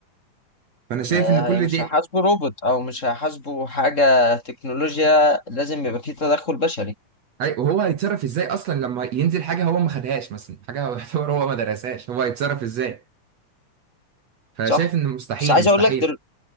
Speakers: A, on the right; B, on the left.
A: فانا
B: ده
A: شايف ان كل
B: هي- مش
A: دي
B: هيحاسبه روبوت او مش هيحاسبه حاجه تكنولوجيا لازم يبقى في تدخل بشري
A: هي- وهو هيتصرف ازاي اصلا لما ينزل حاجه هو ما خدهاش مثلا حاجه هو <laughs> يعتبر هو ما درسهاش هو هيتصرف ازاي فشايف
B: صح
A: ان مستحيل
B: بس عايز
A: مستحيل
B: اقول لك دل...